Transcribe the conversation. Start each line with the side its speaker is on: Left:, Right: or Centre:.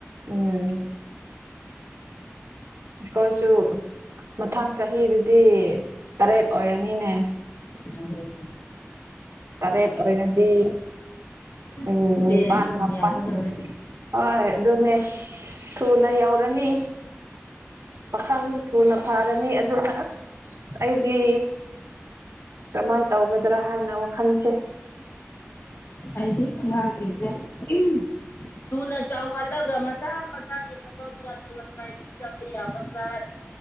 Right: ꯎꯝ ꯑꯩꯈꯣꯏꯁꯨ ꯃꯊꯪ ꯆꯍꯤꯗꯨꯗꯤ ꯇꯔꯦꯠ ꯑꯣꯏꯔꯅꯤꯅꯦ
Left: ꯊꯥꯡꯒꯅꯤ
Right: ꯇꯔꯦꯠ ꯑꯣꯏꯔꯗꯤ
Left: ꯑꯁ
Right: ꯎꯝ
Left: ꯇꯦꯟ
Right: ꯄꯥꯟ ꯃꯥꯄꯥꯟ
Left: ꯌꯥꯎꯒꯗꯧꯔꯦ
Right: ꯍꯣꯏ ꯑꯗꯨꯅꯦ ꯊꯨꯅ ꯌꯧꯔꯅꯤ ꯄꯥꯈꯪꯗꯨ ꯊꯨꯅ ꯐꯥꯔꯅꯤ ꯑꯗꯨꯅ ꯑꯁ ꯑꯩꯗꯤ ꯀꯃꯥꯏꯅ ꯇꯧꯒꯗ꯭ꯔꯥ ꯍꯥꯏꯅ ꯋꯥꯈꯜꯁꯦ
Left: ꯑꯩꯗꯤ ꯑꯉꯥꯡꯁꯤꯡꯁꯦ ꯎꯝ ꯊꯨꯅ ꯆꯥꯎꯍꯜꯂꯒ ꯃꯁꯥ ꯃꯁꯥꯒꯤ ꯊꯕꯛ ꯆꯠꯂꯒ ꯇ꯭ꯔꯥꯏꯅꯤꯡ ꯆꯠꯄ ꯌꯥꯕ ꯆꯠ